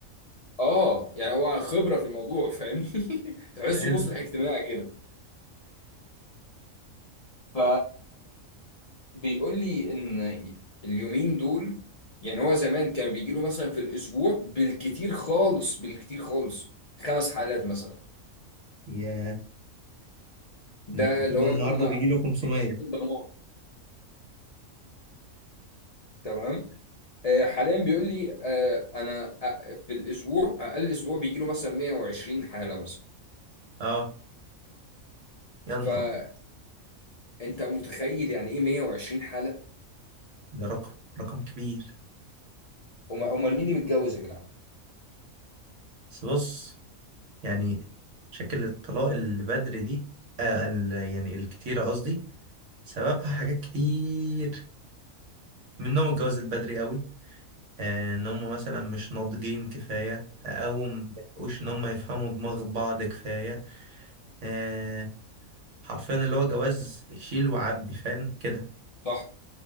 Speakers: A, on the left; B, on the right.
A: اه يعني هو خبره في الموضوع فاهمني <laughs> تحسه
B: <laughs> حلو
A: مصلح اجتماعي كده ف بيقول لي ان اليومين دول يعني هو زمان كان بيجي له مثلا في الاسبوع بالكتير خالص بالكتير خالص خمس حالات مثلا
B: ياه
A: ده
B: ده التطلع
A: اللي هو يكون
B: النهارده
A: مع
B: بيجي له 500
A: الدنيا تكون دمار تمام آه حاليا بيقول لي آه انا أ- في الاسبوع اقل اسبوع بيجي له مثلا 120 حاله مثلا
B: اه يا نهار
A: فانت
B: ابيض
A: متخيل يعني ايه 120 حاله
B: ده رقم رقم كبير
A: امال امال مين اللي متجوز يا جدعان
B: بس بص يعني شكل الطلاق اللي بدري دي آه ال- يعني الكتيرة قصدي سببها حاجات كتير منهم الجواز البدري قوي آه، ان هم مثلا مش ناضجين كفايه او ما بيحقوش ان هم يفهموا دماغ بعض كفايه آه، حرفيا اللي هو جواز شيل وعبي فاهم كده
A: صح